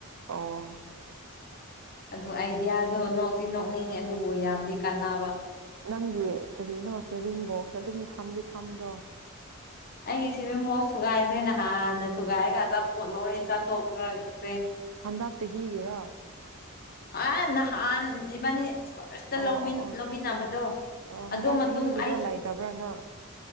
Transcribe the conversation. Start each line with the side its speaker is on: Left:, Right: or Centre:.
Right: ꯑꯣ
Left: ꯑꯗꯨ ꯑꯥꯏꯗꯤꯌꯥꯗꯣ ꯅꯣꯛꯇꯤ ꯅꯣꯛꯅꯤꯡꯉꯤ ꯑꯗꯨꯕꯨ ꯌꯥꯝꯗꯤ ꯀꯥꯟꯅꯕ
Right: ꯅꯪꯒꯤ ꯀꯔꯤꯅꯣ ꯁꯦꯚꯤꯡ ꯕꯣꯛꯁꯇ ꯑꯗꯨꯝ ꯊꯝꯗꯤ ꯊꯝꯗ꯭ꯔꯣ
Left: ꯑꯩꯒꯤ ꯁꯤꯕꯦꯝ ꯃꯣꯁ ꯊꯨꯒꯥꯏꯈ꯭ꯔꯦ ꯅꯍꯥꯟꯅ ꯊꯨꯒꯥꯏꯔꯒ ꯑꯆꯥꯄꯣꯠ ꯂꯣꯏ ꯆꯥꯊꯣꯛꯈꯈ꯭ꯔꯦ
Right: ꯍꯟꯗꯛ ꯆꯍꯤꯒꯤꯔꯥ
Left: ꯑ ꯅ ꯏꯕꯅꯤ ꯐꯥꯔꯁꯇ
Right: ꯑꯣ ꯑꯣ ꯑꯣ
Left: ꯂꯧꯃꯤꯟꯅꯕꯗꯣ
Right: ꯑꯣ
Left: ꯑꯗꯨ
Right: ꯍꯟꯗꯛ
Left: ꯃꯇꯨꯡ
Right: ꯆꯍꯤꯒꯤꯗꯣ
Left: ꯑꯩ
Right: ꯂꯩꯇꯕ꯭ꯔꯥ
Left: ꯁ
Right: ꯅꯪ